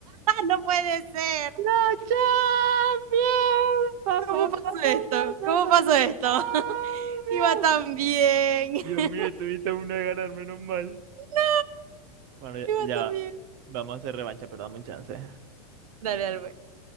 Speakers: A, on the right; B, on the right.
A: no puede ser.
B: Champions, pa,
A: ¿Cómo
B: pa,
A: pasó
B: pa, pa, pa,
A: esto?
B: pa,
A: ¿Cómo
B: pa,
A: pasó
B: la
A: esto?
B: Champions.
A: <laughs> Iba tan bien.
B: Dios
A: <laughs>
B: mío, tuviste una de ganar, menos mal.
A: No,
B: Bueno, ya,
A: iba
B: ya
A: tan
B: va.
A: bien.
B: Vamos a hacer revancha, pero dame un chance.
A: Dale, dale. pues.